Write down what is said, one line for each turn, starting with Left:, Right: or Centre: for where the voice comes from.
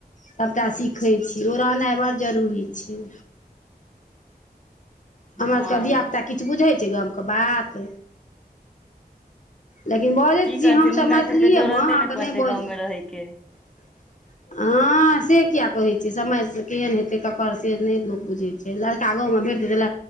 Left: सभटा सीखै छी ओ रहनाइ बड्ड जरूरी छै हमरा
Centre: हँ
Left: सबके धिया पुता किछ बुझै छै गाम के बात लेकिन बजै
Centre: की
Left: छी
Centre: करथिन
Left: हमसभ
Centre: हुनका
Left: मैथिलीये
Centre: सबके जरूरते
Left: मऽ अहाँके
Centre: पड़तै
Left: नहि बज
Centre: गाँवमे
Left: <inaudible>
Centre: रहयके
Left: हँ से कए कहैत छी समयसँ केहन हेतै ककर से नहि लोक बुझै छै फेर लड़का गाँवमे भेटतै तऽ